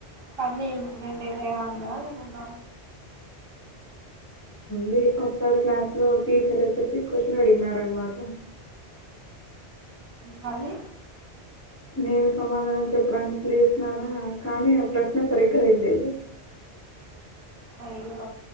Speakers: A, on the right (about 60°); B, on the left (about 15°).
A: తన్వి ఇన్సిడెంట్ ఏదైనా ఉందాన్న
B: దే ఒకసారి క్లాస్ లో టీచర్ వచ్చేసి క్వశ్చన్ అడిగినార అనమాట
A: మళ్ళీ
B: నేను సమాధానం చెప్పడానికి లేసిననా కానీ ఆ ప్రశ్న సరిగ్గా వినలేదు.
A: అయ్యో